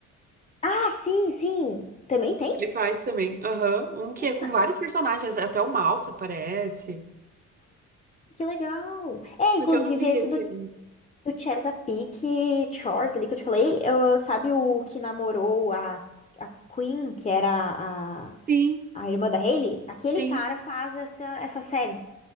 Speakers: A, on the left; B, on the right.
A: Ah, sim, sim. Também tem?
B: Ele faz também, aham. Um que é com
A: Ah,
B: vários personagens, até o Malfa aparece.
A: que legal. É,
B: Só
A: inclusive
B: que eu não vi
A: esse
B: esse
A: do,
B: ainda.
A: do Chesapeake Shores ali que eu te falei, eu, sabe o que namorou a, a Queen, que era a,
B: Sim,
A: a irmã da Hailey? Aquele
B: sim.
A: cara faz essa, essa série.